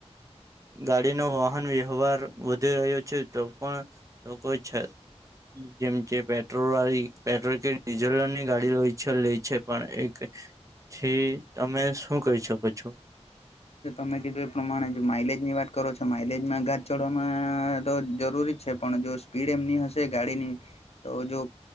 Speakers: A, on the right (about 30°); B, on the left (about 65°).
A: ગાડીનો વાહન વ્યવહાર વધી રહ્યો છે તો પણ લોકો છે. જેમ કે પેટ્રોલ વાળી પેટ્રોલ કે ડીઝલની ગાડી હોય છે લે છે પણ એક થી તમે શું કરી શકો છો.
B: તમે કીધું એ પ્રમાણે જો માઈલેજ ની વાત કરો છો માઈલેજમાં ઘાટ ચડવામાં તો જરૂરી છે પણ જો સ્પીડ એમની હશે ગાડીની તો જો